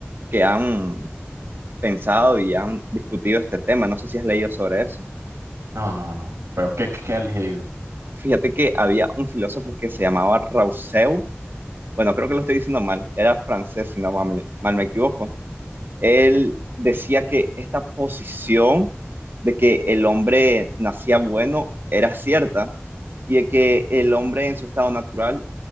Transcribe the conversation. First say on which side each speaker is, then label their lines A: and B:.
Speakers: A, on the right; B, on the right.
A: que han pensado y han discutido este tema, no sé si has leído sobre eso.
B: No, no, no, pero ¿qué, qué, qué has elegido?
A: Fíjate que había un filósofo que se llamaba Rousseau, bueno, creo que lo estoy diciendo mal, era francés si no mal, mal me equivoco, Él decía que esta posición de que el hombre nacía bueno era cierta y de que el hombre en su estado natural,